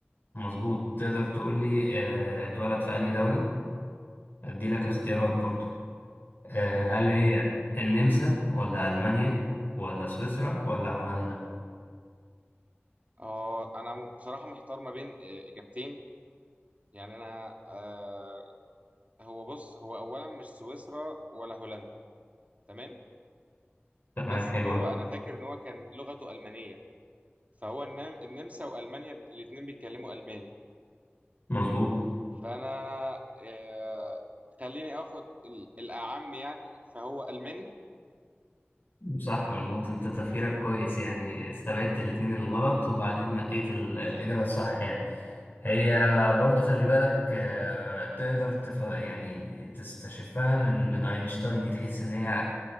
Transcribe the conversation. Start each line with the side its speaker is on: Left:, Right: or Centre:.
Left: مظبوط تقدر تقول لي آه، اتولد في أنهي دولة أدي لك اختيارات برضو آه،
Right: تمام
Left: هل هي النمسا ولا ألمانيا ولا سويسرا ولا هولندا
Right: اه انا م- بصراحه محتار ما بين آه، اجابتين يعني انا آه هو بص هو اولا مش سويسرا ولا هولندا تمام
Left: تمام
Right: بس
Left: حلو
Right: هو
Left: أوي.
Right: انا فاكر ان هو كان لغته المانيه فهو النم- النمسا والمانيا الاثنين بيتكلموا الماني
Left: مظبوط
Right: فانا آه خليني اخد ال- الاعم يعني فهو الماني
Left: صح مظبوط انت تفكيرك كويس يعني استبعدت الاتنين الغلط وبعدين نقيت ال- الإجابة الصح يعني هي برضو خلي بالك آه، تقدر تف... يعني تستشفها من من أينشتاين دي تحس إن هي